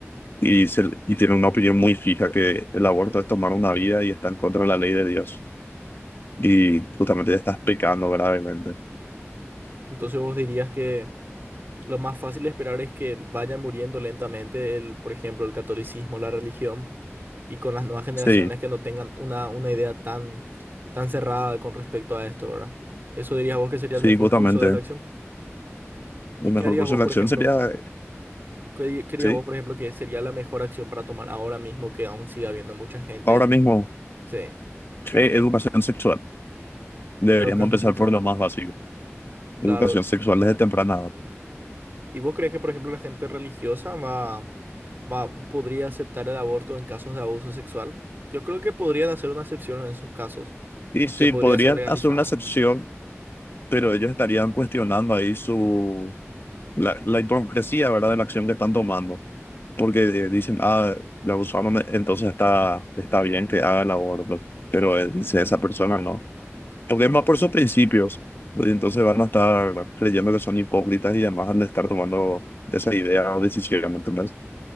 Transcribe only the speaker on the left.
y, se- y tienen una opinión muy fija que el aborto es tomar una vida y está en contra de la ley de Dios, y justamente ya estás pecando gravemente.
Sí,
sí,
justamente.
Un
mejor
curso
de
acción
sería,
sí,
ahora mismo,
eh,
educación
sexual. Deberíamos
empezar
por lo más básico,
educación sexual desde temprana edad.
Y sí,
podrían
hacer una excepción pero ellos estarían cuestionando ahí su, la, la hipocresía, ¿verdad?, de la acción que están tomando. Porque eh, dicen, ah, la usamos, me- entonces está, está bien que haga el aborto, pero él- esa persona no. Porque es más por sus principios. Y Entonces van a estar creyendo que son hipócritas y además van a estar tomando esa idea o decisión, ¿entendés?